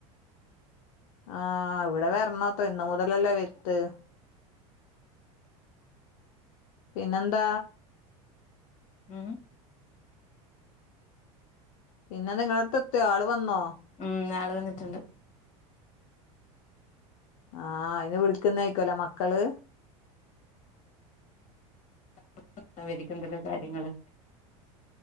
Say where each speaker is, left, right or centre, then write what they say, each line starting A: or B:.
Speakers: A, on the left (about 65°); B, on the left (about 40°).
A: ആഹ് ഇവിടെ വെർനോത്രെ ഇന്ന് മുതൽ അല്ലേ <unintelligible> പിന്നെന്താ
B: ഉം
A: പിന്നെ നിങ്ങള അടുത്ത് എത്തോ ആള് വന്നോ?
B: ഉം ആള് വന്നിട്ട്ണ്ട്.
A: ആഹ് അയനെ വിളിക്കുന്നാഇരിക്കുംല്ലെ മക്കള്
B: <unintelligible> കാര്യങ്ങള്